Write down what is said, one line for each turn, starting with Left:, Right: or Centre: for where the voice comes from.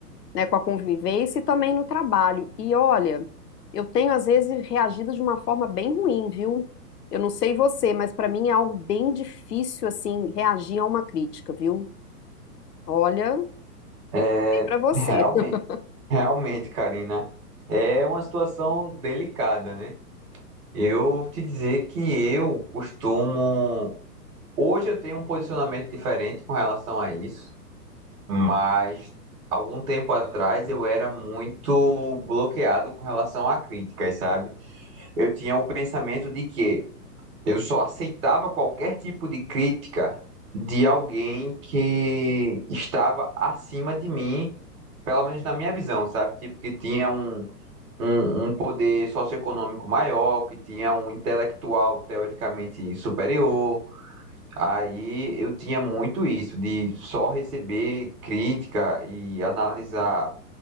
Left: né, com a convivência e também no trabalho. E olha, eu tenho às vezes reagido de uma forma bem ruim, viu? Eu não sei você, mas para mim é algo bem difícil assim reagir a uma crítica, viu? Olha,
Right: É,
Left: sei para você.
Right: realmente,
Left: <laughs>
Right: realmente, Karina, é uma situação delicada, né? Eu te dizer que eu costumo. Hoje eu tenho um posicionamento diferente com relação a isso, mas algum tempo atrás eu era muito bloqueado com relação a críticas, sabe? Eu tinha o pensamento de que Eu só aceitava qualquer tipo de crítica de alguém que estava acima de mim, pelo menos na minha visão, sabe? Tipo, que tinha um, um, um poder socioeconômico maior, que tinha um intelectual teoricamente superior. Aí eu tinha muito isso, de só receber crítica e analisar